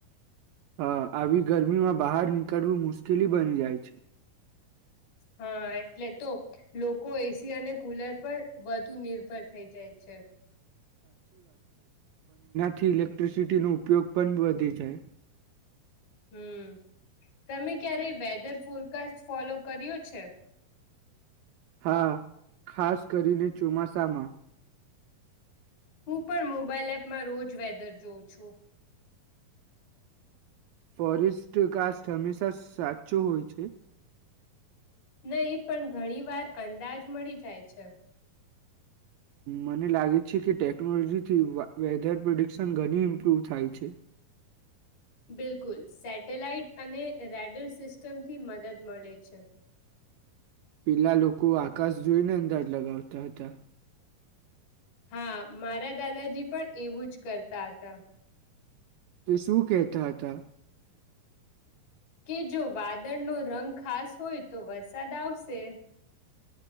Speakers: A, on the right (about 80°); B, on the left (about 75°).
A: હ આવી ગરમીમાં બહાર નીકળવું મુશ્કેલી બની જાય છે.
B: હા એટલે તો લોકો એસી અને કુલર પર વધુ નિર્ભર થઈ જાય છે.
A: થી ઇલેક્ટ્રિસિટીનો ઉપયોગ પણ વધી જાય
B: હમ તમે ક્યારે વેધર ફોરકાસ્ટ ફોલો કર્યો છે
A: હા ખાસ કરીને ચોમાસામાં
B: હું પણ મોબાઈલ એપમાં રોજ વેધર જોઉં છું
A: ફોરેસ્ટ કાસ્ટ હંમેશા સાચો હોય છે
B: નહી પણ ઘણી વાર અંદાજ મળી જાય છે.
A: મને લાગે છે. કે ટેકનોલોજીથી વેધર પ્રિડિક્શન ઘણી ઇમ્પ્રુવ થાય છે.
B: બિલકુલ સેટેલાઇટ અને રેડર સિસ્ટમથી મદદ મળે છે
A: પેલા લોકો આકાશ જોઈને અંદાજ લગાવતા હતા
B: હા મારા દાદાજી પણ એવું જ કરતા હતા
A: તો શું કેહતા હતા
B: કે જો વાદળનો રંગ ખાસ હોય તો વરસાદ આવશે